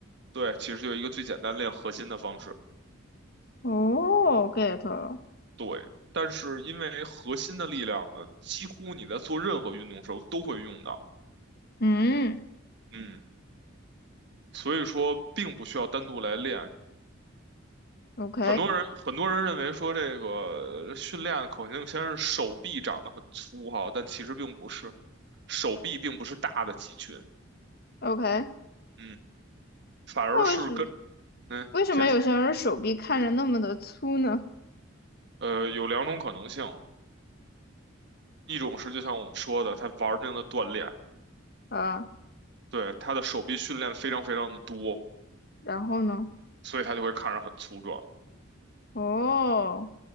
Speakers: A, on the right; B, on the left.
A: 对，其实就是一个最简单练核心的方式。
B: 哦，get 了，
A: 对，但是因为核心的力量呢，几乎你在做任何运动时候都会用到，
B: 嗯
A: 嗯，所以说并不需要单独来练。
B: ，OK
A: 很多人很多人认为说这个训练口径先是手臂长得很粗哈，但其实并不是，手臂并不是大的肌群，
B: OK，
A: 嗯，反而是跟
B: 那为什
A: 嗯，
B: 为什么有些人手臂看着那么的粗呢？
A: 你先说，呃，有两种可能性，一种是就像我们说的，他玩命的锻炼，
B: 啊，
A: 对，他的手臂训练非常非常的多，
B: 然后呢？
A: 所以他就会看着很粗壮。
B: 哦